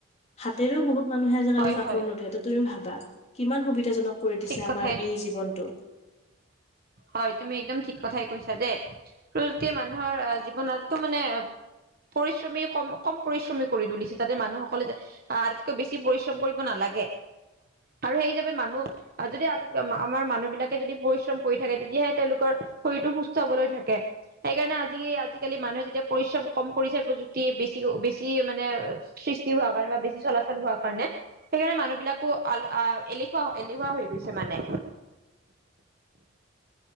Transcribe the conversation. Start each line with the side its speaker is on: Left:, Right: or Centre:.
Left: হাতেৰেও বহুত মানুহে আজিকালি
Right: হয়
Left: কাপোৰ
Right: হয়
Left: নোধোৱে তুমি ভাবা কিমান সুবিধাাজনক কৰি দিছে
Right: ঠিক কথাই
Left: আমাৰ এই জীৱনটো
Right: হয় তুমি একদম ঠিক কথাই কৈছা দেই প্ৰযুতি মানুহৰ অহ জীৱনটো মানে পৰিশ্ৰমী কম কম পৰিশ্ৰমী কৰি তুলিছে যাতে মানুহসকলে আহ আটাইতকৈ বেছি পৰিশ্ৰম কৰিব নালাগে। আৰু সেই হিচাপে মানুহ আহ যদি আ আমাৰ মানুহ বিলাকে যদি পৰিশ্ৰম পৰি থাকে তেতিয়াহে তেওলোকৰ শৰীৰতটো সুস্থ হবলৈ থাকে। সেইকাৰণে আজি আজিকালি মানুহে যেতিয়া পৰিশ্ৰম কম কৰিছে প্ৰযুক্তি বেছি - বেছি মানে। সৃষ্টি হোৱা কাৰণে বা বেছি চলাচল হোৱা কাৰণে সেইকাৰণে মানুহবিলাকো এলেুৱা এলেহুৱা হৈ গৈছে স মানে
Left: অ